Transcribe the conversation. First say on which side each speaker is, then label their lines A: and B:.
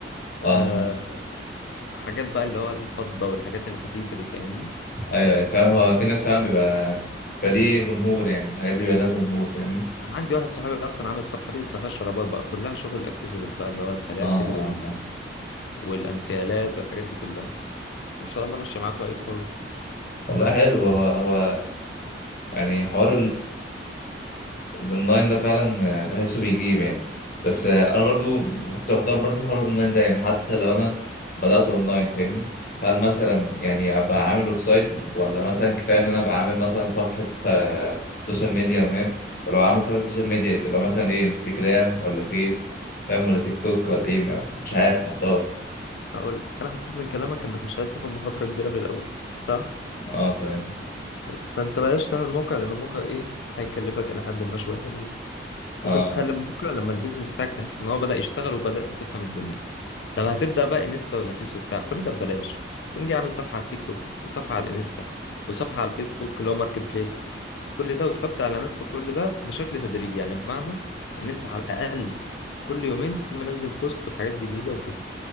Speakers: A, on the left (about 55°); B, on the left (about 75°).
A: اه
B: أه حاجات بقى اللي هو الفضة والحاجات الخفيفة دي فاهمني
A: ايوه أيوة، فاهم هو في ناس فعلا بيبقى بيبقى ليه جمهور يعني الحاجات دي بيبقى لها جمهور فاهمني
B: أنا عندي واحد صاحبي أصلا عامل الصفحة دي بس ما فيهاش شرابات بقى كلها شغل الأكسسوارز بقى اللي هو السلاسل
A: اه اه
B: وال...
A: آه.
B: والأنسيالات والحاجات دي كلها ما شاء الله ماشية معاك كويس أوي
A: والله حلو هو هو يعني حوار الاونلاين ده فعلا آه، بحسه بيجيب يعني بس آه، انا برضو كنت بحضر برضو حوار الاونلاين ده يعني حتى لو انا بدأت اونلاين فاهمني فهل مثلا يعني ابقى عامل ويب سايت ولا مثلا كفايه ان انا ابقى عامل مثلا صفحه آه، سوشيال ميديا فاهم ولو عامل صفحه سوشيال ميديا تبقى مثلا ايه انستجرام ولا فيس فاهم ولا تيك توك ولا ايه ما- مش عارف محتار
B: أقول أنا حسيت من كلامك إنك مش عايز تاخد مخاطرة كبيرة في الأول صح؟
A: اه تمام
B: بس فأنت بلاش تعمل موقع لأن الموقع إيه هيكلفك إلى حد ما شوية حلوين
A: اه
B: ممكن تخلي بكره لما البيزنس بتاعك تحس ان هو بدأ يشتغل وبدأت تفهم الدنيا طب
A: اه
B: هتبدأ بقى انستا ولا فيس وبتاع كل ده ببلاش تقوم جاي عامل صفحة على التيك توك وصفحة على الانستا وصفحة على الفيسبوك اللي هو ماركت بليس كل ده وتحط اعلانات في كل ده بشكل تدريجي يعني بمعنى ان انت على الاقل كل يومين تكون منزل بوست بحاجات جديدة وكده